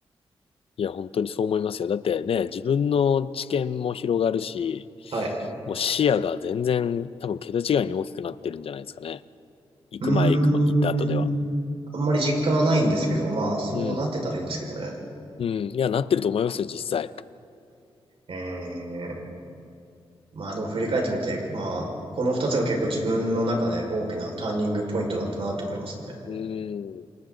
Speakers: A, on the left (about 70°); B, on the right (about 70°).
A: いや、本当にそう思いますよ。だってね、自分の知見も広がるし、
B: はい。
A: もう視野が全然多分桁違いに大きくなってるんじゃないですかね。行く前、
B: うーん。
A: 行くま、行った後では。
B: あんまり実感はないんですけど、まあそうなってたらいいんですけどね。
A: うん。うん。いや、なってると思いますよ、実際。
B: えまあでも振り返ってみて、まあ、この二つが結構自分の中で大きなターニングポイントだったなと思いますね。
A: うん。